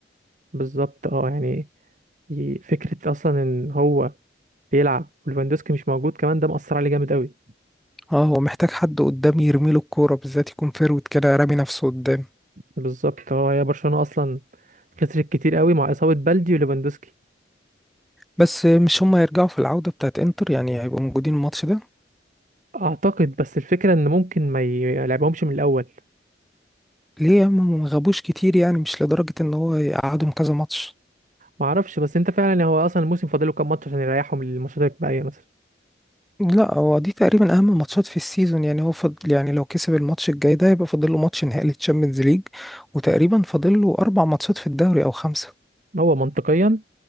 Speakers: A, on the right (about 40°); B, in the centre.
A: بالظبط اه يعني ي- فكره اصلا ان هو بيلعب وليفاندوسكي مش موجود كمان ده مأثر عليه جامد قوي
B: اه هو محتاج حد قدام يرمي له الكوره بالذات يكون فيرود كده رامي نفسه قدام
A: بالظبط هو هي برشلونة اصلا خسرت كتير قوي مع اصابة بلدي وليفاندوسكي
B: بس مش هما هيرجعوا في العوده بتاعت انتر يعني هيبقوا موجودين الماتش ده
A: اعتقد بس الفكرة ان ممكن ما يلعبهمش من الاول
B: ليه يا عم ما غابوش كتير يعني مش لدرجة ان هو يقعدهم كذا ماتش
A: ما اعرفش بس انت فعلا هو اصلا الموسم فاضله كام ماتش عشان يريحهم للماتشات الباقية مثلا
B: لا هو دي تقريبا اهم ماتشات في السيزون يعني هو فضل يعني لو كسب الماتش الجاي ده يبقى فاضل له ماتش نهائي للتشامبيونز ليج وتقريبا فاضل له اربع ماتشات في الدوري او خمسة
A: هو منطقيا